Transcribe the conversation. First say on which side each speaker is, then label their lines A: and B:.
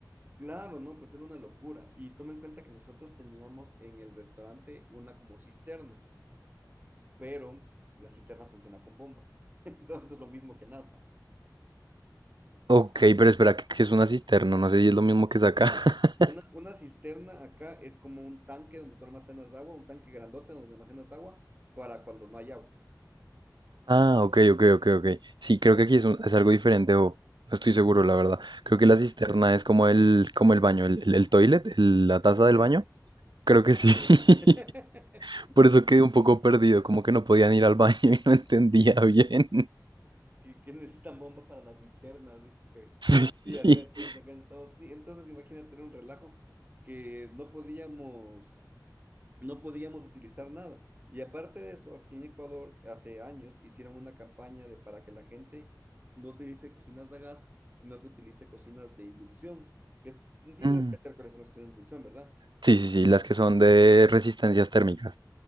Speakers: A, on the right; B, on the right.
A: Claro, no, pues era una locura. Y toma en cuenta que nosotros teníamos en el restaurante una como cisterna. pero la cisterna funciona con bomba. <laughs> Entonces es lo mismo que nada.
B: Ok, pero espera, que, que es una cisterna, no sé si es lo mismo que es acá. <laughs>
A: Una, una cisterna acá es como un tanque donde tú almacenas agua, un tanque grandote donde almacenas agua para cuando no hay agua.
B: Ah, ok, ok, ok, ok. Sí, creo que aquí es, un- es algo diferente o no estoy seguro, la verdad. Creo
A: Ah,
B: que la cisterna es como el, como el baño, el, el, el toilet, el- la taza
A: ¿En
B: del
A: serio?
B: baño. Creo que
A: Ah,
B: sí. <laughs>
A: qué cague.
B: Por eso quedé un poco perdido, como que no podían ir al baño <laughs> y no entendía bien.
A: <laughs> que, que necesitan bomba para la cisterna, así que...
B: <laughs>
A: Y acá entonces, acá en Estados- sí, entonces imagínate era un relajo que no podíamos no podíamos utilizar nada. Y aparte de eso, aquí en Ecuador hace años hicieron una campaña de, para que la gente no utilice cocinas de gas, sino que utilice cocinas de inducción. Que es- sí
B: Mm,
A: debes cachar cuáles son las cocinas de inducción, ¿verdad?
B: Sí, sí, sí, las que son de resistencias térmicas.